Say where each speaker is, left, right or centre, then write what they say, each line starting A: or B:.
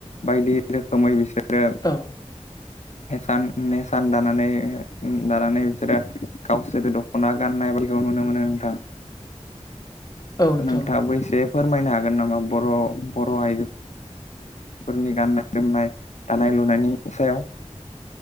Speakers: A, on the left (about 70°); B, on the left (about 30°).
A: बायदि रोखोमै बिसोरो
B: औ
A: स नेसान दानानै दानानै बिसोरो गावसोर दख'ना गाननाय बायदि खौ नुनो मोनो नोंथां
B: औ नोंथां
A: नोंथाङाबो एसे फोरमायनो हागोन नामा बर' बर' आइजो फोरनि गाननाय जोमनाय दानाय लुनायनि सायाव